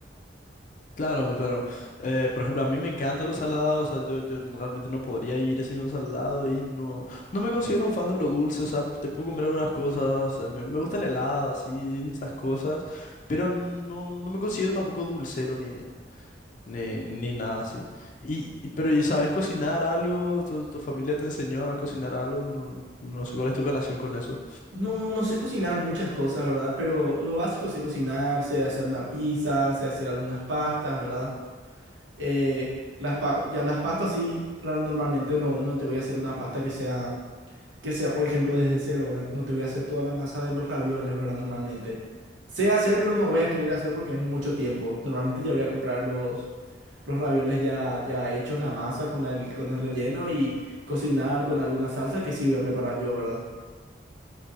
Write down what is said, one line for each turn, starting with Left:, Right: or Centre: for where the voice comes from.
Left: Claro, claro. Eh, por ejemplo, a mí me encantan los salados, o sea, yo, yo no- realmente no podría vivir sin los salados y no, no me considero un fan de lo dulce, o sea, te puedo comer algunas cosas, eh, me, me gusta el helado, así, estas cosas, pero no, no me considero tampoco dulcero ni, ni, ni nada así. Y, y- pero, ¿y sabes cocinar algo? ¿Tu, tu familia te enseñó a cocinar algo? No, no sé cuál es tu relación con eso.
Right: No, no sé cocinar muchas cosas, ¿verdad? Pero lo básico sé cocinar, sé hacer una pizza, sé hacer algunas pastas, ¿verdad? Eh, las pa- ya las pastas sí, la- normalmente no, no te voy a hacer una pasta que sea que sea, por ejemplo, desde cero, ¿verdad? No te voy a hacer toda la masa de los ravioles, ¿verdad? Normalmente. Sé hacer, pero no voy a querer hacer porque es mucho tiempo. Normalmente ya voy a comprar los, los ravioles ya, ya hechos, la masa con el, con el relleno y cocinar con alguna salsa que sí voy a preparar yo, ¿verdad?